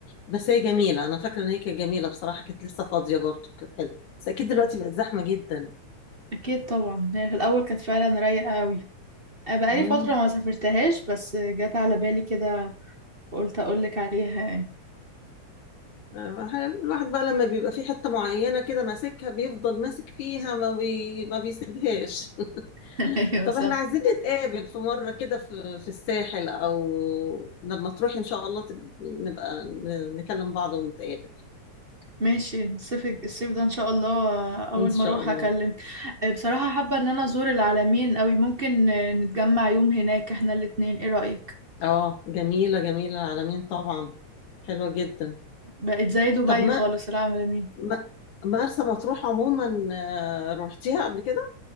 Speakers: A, on the left; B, on the right.
A: بس هي جميله انا فاكره ان هي كانت جميله بصراحه كانت لسه فاضيه برضو كانت حلوه بس اكيد دلوقتي
B: أيوة.
A: بقت زحمه جدا
B: أكيد طبعا هي في الأول كانت فعلا رايقة قوي أنا بقالي
A: امم
B: فترة ما سافرتهاش بس جت على بالي كده وقلت أقولك عليها يعني
A: آه، الواحد بقى لما بيبقى في حتة معينة كده ماسكها بيفضل ماسك فيها ما بي... ما بيسيبهاش
B: <laughs>
A: <laughs>
B: ايوه
A: طب
B: صح
A: احنا عايزين نتقابل في مرة كده في... في الساحل او لما تروحي ان شاء الله تب... نبقى ن- نكلم بعض ونتقابل
B: ماشي الصيف الصيف ده ان شاء الله اول
A: ان شاء
B: ما اروح
A: الله
B: اكلم آه، بصراحة حابة ان انا ازور العلمين قوي ممكن نتجمع يوم هناك احنا الاتنين ايه رأيك
A: اه جميلة جميلة العالمين طبعا حلوة جدا
B: بقت زي دبي
A: طب ما
B: خالص العلمين
A: ما مرسى مطروح عموما آه، روحتيها قبل كده